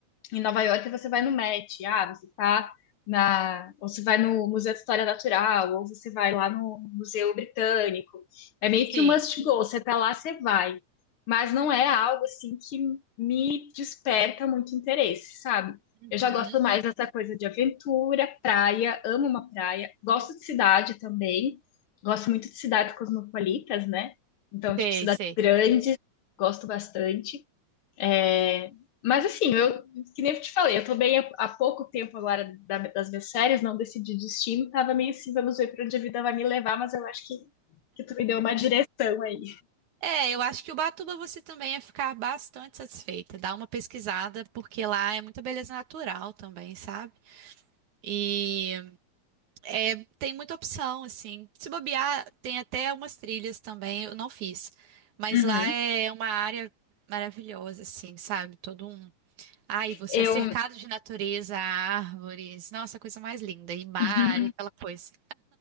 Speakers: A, on the left (about 55°); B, on the right (about 70°).
A: em Nova York você vai no Met, ah, você tá na, ou você vai no Museu de História Natural, ou você vai lá no Museu Britânico. É meio
B: Sim,
A: que um must go, você tá lá, você vai. Mas não é algo assim que me desperta muito interesse, sabe?
B: Uhum.
A: Eu já gosto mais dessa coisa de aventura, praia, amo uma praia, gosto de cidade também, gosto muito de cidades cosmopolitas, né? Então,
B: sei,
A: tipo, cidades
B: sei.
A: grandes, gosto bastante. É, mas assim, eu, que nem eu te falei, eu tô bem há, há pouco tempo agora da- das minhas séries, não decidi destino, tava meio assim, vamos ver pra onde a vida vai me levar, mas eu acho que, que tu me deu uma direção aí.
B: É, eu acho que Ubatuba você também ia ficar bastante satisfeita. Dá uma pesquisada, porque lá é muita beleza natural também, sabe? E é, tem muita opção, assim. Se bobear, tem até umas trilhas também, eu não fiz. Mas
A: Uhum.
B: lá é uma área maravilhosa, assim, sabe? Todo um. Ai, você
A: Eu,
B: é cercado de natureza, árvores. Nossa, coisa mais linda. E mar,
A: <laughs>
B: e aquela coisa.